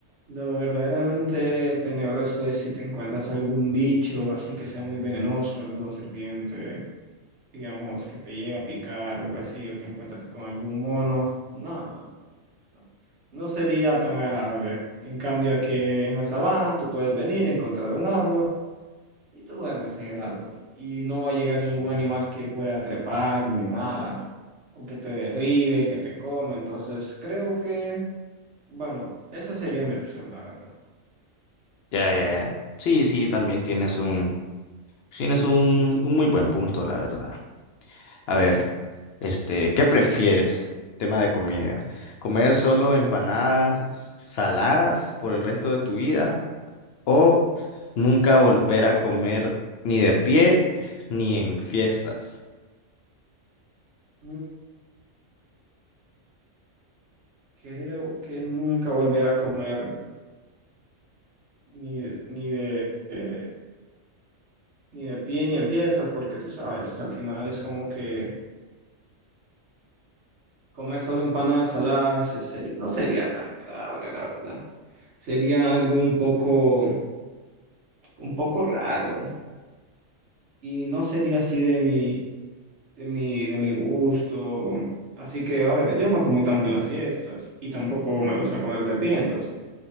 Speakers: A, on the right; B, on the left.
A: lo verdaderamente tenebroso es si te encuentras algún bicho así que sea muy venenoso, alguna serpiente digamos, que te llegue a picar o algo así, o te encuentras con algún mono. No, no, no. No sería tan agradable. En cambio, aquí en la sabana tú puedes venir, encontrar un árbol y tú duermes en el árbol. Y no va a llegar ningún animal que pueda trepar ni nada, o que te derribe, que te come. Entonces, creo que, bueno, esa sería mi opción, la verdad.
B: Ya, ya, ya. Sí, sí, también tienes un, tienes un, un muy buen punto, la verdad. A ver, este, ¿qué prefieres? Tema de comida. ¿Comer solo empanadas saladas por el resto de tu vida o nunca volver a comer ni de pie ni en fiestas?
A: Mm, Creo que nunca volver a comer ni, ni de... eh, ni de pie ni en fiestas, porque tú sabes, al final es como que comer solo empanadas saladas es serio- no sería tan agradable, la verdad. Sería algo un poco, un poco raro y no sería así de mi, de mi, de mi gusto. Así que, a ver, yo no como tanto en las fiestas y tampoco me gusta comer de pie, entonces